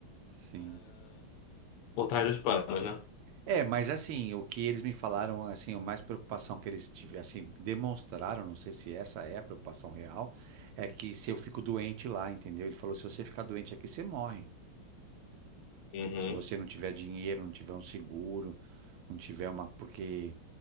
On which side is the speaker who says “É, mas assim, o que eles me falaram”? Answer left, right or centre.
Right